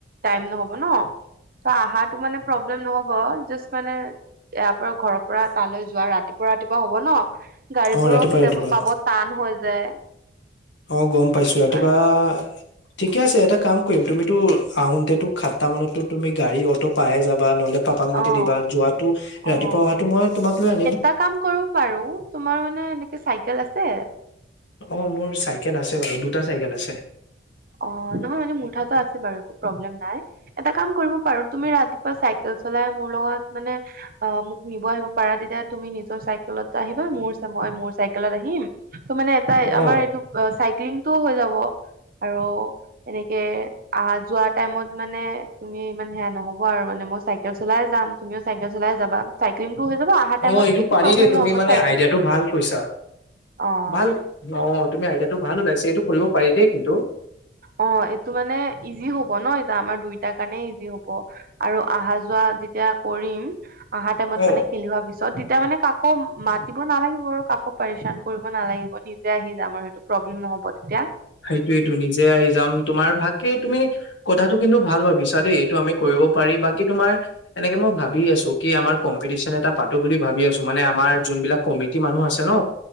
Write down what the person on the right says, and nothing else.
টাইম নহ'ব। হ'ব ন, ত আহাটো মানে প্ৰব্লেম নহ'ব, জাষ্ট মানে ইয়াৰ ঘৰ পুৱা তালৈ যোৱা ৰাতিপুৱা-ৰাতিপুৱা হ'ব ন, গাড়ীবোৰো
কেতিয়াবা
পাব টান হৈ যায়।
ত'
সেইকাৰণে
অ',
অ'।
এটা কাম কৰিব পাৰোঁ তোমাৰ মানে এনেকে চাইকেল আছে?
অ' নহয় মানে মোৰটা তো আছে বাৰু একো প্ৰব্লেম নাই। এটা কাম কৰিব পাৰো, তুমি ৰাতিপুৱা চাইকেল চলাই মোৰ লগত মানে অ' মোক নিব আহিব পাৰা, তেতিয়া তুমি নিজৰ চাই চাইকেলত আহিবা, মোৰ মই মোৰ চাইকেলত আহিম। ত' মানে এটা
আমাৰ তো পুৱা চাইক্লিং টোও হৈ যাব। আৰু এনেকে অহা-যোৱা টাইমত মানে তুমি ইমান সেইয়া নহ'ব আৰু মানে মই চাইকেল চলাই যাম। তুমিও চাইকেল চলাই যাবা। চাইক্লিংটো হৈ যাব, অহা টাইমত
একো
প্ৰব্লেম
নহ'ব
চাইকেলতো
অ'।
অ' এইটো মানে ইজি হ'ব ন, এইয়া আমাৰ দুইটাৰ কাৰণে ইজি হ'ব। আৰু অহা-যোৱা যেতিয়া কৰিম, আহা টাইমত
মানে খেলিম ভাবিছোঁ। চ তেতিয়া মানে কাকো মাতিব নালাগিব, কাকো পৰিশ্ৰান কৰিব নালাগিব। নিজে আহি যাম আৰু সেইটো। প্ৰব্লেম নহ'ব তেতিয়া।